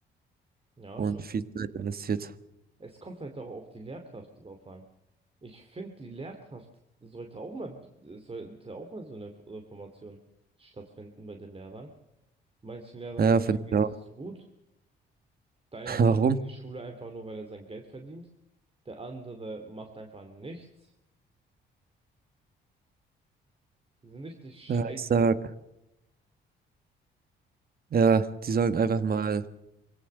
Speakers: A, on the right (about 30°); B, on the right (about 50°).
A: Ja,
B: und
A: schon.
B: viel Zeit investiert.
A: Es kommt halt auch auf die Lehrkraft drauf an. Ich finde, die Lehrkraft sollte auch mal, sollte auch mal so eine Reformation stattfinden bei den Lehrern. Manchen Lehrern
B: Ja,
A: bei
B: finde
A: mir geht
B: ich auch.
A: es gut. Der eine
B: <laughs>
A: kommt
B: Warum?
A: in die Schule einfach nur, weil er sein Geld verdient. Der andere macht einfach nichts. Die sind richtig scheiße.
B: Ja, ich sag, ja, die sollen einfach mal